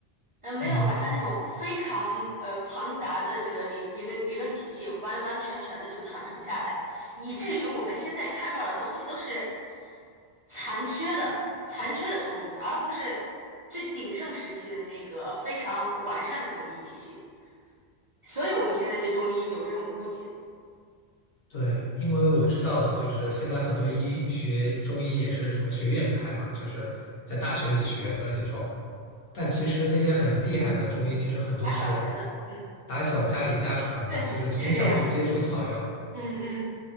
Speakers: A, on the right; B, on the left.
A: 嗯，没有把他那种非常呃庞杂的这个理理论理论体系完完全全的这个传承下来，
B: 嗯，
A: 以至于我们现在看到的东西都是残缺的、残缺的中医，而不是最鼎盛时期的那个非常完善的中医体系。所以我们现在对中医有这种误解。
B: 对，因为我知道的，就是现在很多医学中医也是什么学院派嘛，就是在大学里学的这种。但其实那些很厉害的中医，其实很多是
A: 打小学的，嗯，
B: 打小家里家传的，
A: 对，
B: 就是从小就接触草药。
A: 是这样，嗯嗯，